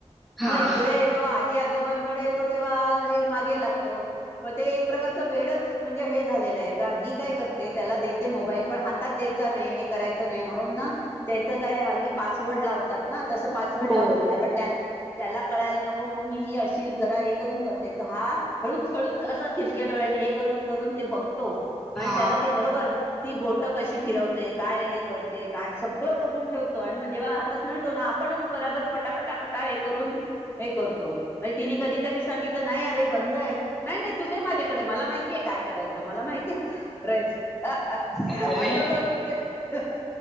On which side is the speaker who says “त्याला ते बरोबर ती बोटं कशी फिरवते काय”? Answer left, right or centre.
Left